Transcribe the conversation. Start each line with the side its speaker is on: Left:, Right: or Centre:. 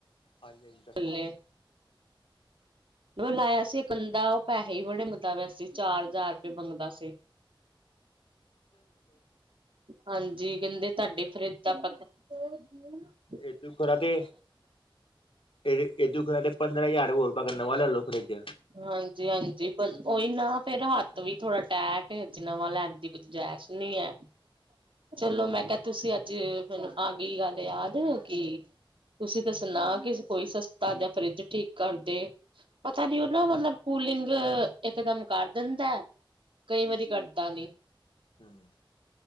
Left: ਹਾਂਜੀ ਹਾਂਜੀ ਦੱਸਾਂ
Right: ਮਲੇ ਬੂਲਾਇਆ ਸੀ ਬੰਦਾ ਉਹ ਪੈਹੇ ਹੀ ਬੜੇ ਮੰਗਦਾ ਪੇਆ ਸੀ ਚਾਰ ਹਜ਼ਾਰ ਰੁਪਏ ਮੰਗਦਾ ਸੀ ਹਾਂਜੀ, ਕਹਿੰਦੇ ਤੁਹਾਡੇ ਫਰਿੱਜ ਦਾ ਆਪ ਹੋਦੀ <unintelligible>
Left: ਇਹ ਤੂੰ ਖਰਾ ਤੇ ਇਹ ਦੁ ਖਰਾ ਤੇ ਪੰਦਰਾਂ ਹਜ਼ਾਰ ਹੋਰ ਪਾ ਕੇ ਨਵਾ ਲੈ ਲਓ ਫਰਿੱਜ
Right: ਹਾਂਜੀ-ਹਾਂਜੀ ਪਰ ਉਹੀ ਨਾ ਫੇਰ ਹੱਥ ਵੀ ਥੋੜਾ ਟੈਟ ਏ ਹਜੇ ਨਵਾਂ ਲੈਂਨ ਦੀ ਗੂਜਾਇਸ਼ ਨੀ ਐ
Left: <inaudible>
Right: ਚਲੋ ਮੈਂ ਕਿਹਾ ਤੁਸੀਂ ਅੱਜ ਮੈਨੂੰ ਆ ਗਈ ਗੱਲ ਯਾਦ ਕਿ ਤੁਸੀਂ ਦੱਸਨਾ ਕਿ ਕੋਈ ਸਸਤਾ ਜੇਆ ਫਰਿੱਜ ਠੀਕ ਕਰਦੇ ਪਤਾ ਨੀ ਉਹ ਨਾ ਮਤਲਬ ਕੂਲਿੰਗ ਇਕ ਦਮ ਕਰ ਦੇੰਦਾ ਕਈ ਵਾਰੀ ਕਰਦਾ ਨੀ
Left: ਹਮ